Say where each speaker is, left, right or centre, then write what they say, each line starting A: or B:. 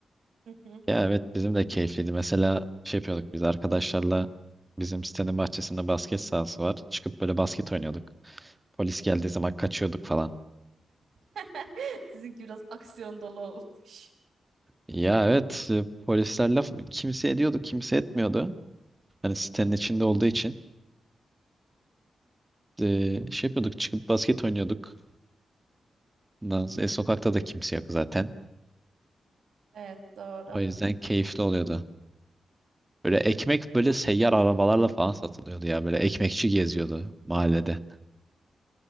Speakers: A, on the right; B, on the right.
A: <laughs>
B: ya evet bizim de keyifliydi. Mesela şey yapıyorduk biz arkadaşlarla bizim sitenin bahçesinde basket sahası var. Çıkıp böyle basket oynuyorduk. Polis geldiği zaman kaçıyorduk falan.
A: <laughs> Sizinki biraz aksiyon dolu olmuş.
B: Ya evet e, polisler laf kimse ediyordu kimse etmiyordu. Hani sitenin içinde olduğu için e, şey yapıyorduk çıkıp basket oynuyorduk. Ondan sonra- E, sokakta da kimse yok zaten.
A: Evet doğru.
B: O yüzden keyifli oluyordu. Böyle ekmek böyle seyyar arabalarla falan satılıyordu ya. Böyle ekmekçi geziyordu mahallede.